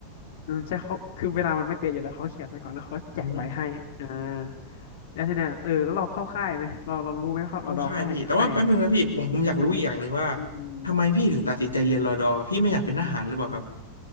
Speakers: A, on the left; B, on the left.
A: ใช่เขาคือเวลามันไม่เป๊ะอยู่แล้วเขาเขียนไปก่อนแล้วเขาแจกใบให้อ่า
B: อืม
A: แล้วทีเนี้ยเออแล้วเราเข้าค่ายไหมเราเรารู้ไหมเขาเราดอค่ายเข้าค่ายไหม
B: เข้าค่ายพี่แต่ว่าแป๊บนึงนะพี่ผมผมอยากรู้อีกอย่างหนึ่งว่า
A: อืม
B: ทำไมพี่ถึงตัดสินใจเรียนรอดอพี่ไม่อยากเป็นทหารหรือเปล่าครับ